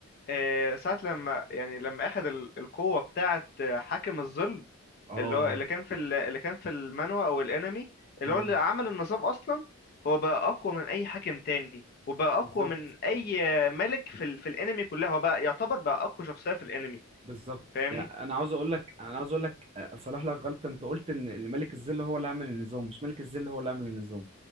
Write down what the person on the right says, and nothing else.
اه
مم.
بالظبط
بالظبط
يعني انا عاوز اقول لك انا عاوز اقول لك آه، صلاح لك غلطة انت قلت ان إن ملك الظل هو اللي عمل النظام مش ملك الظل هو اللي عمل النظام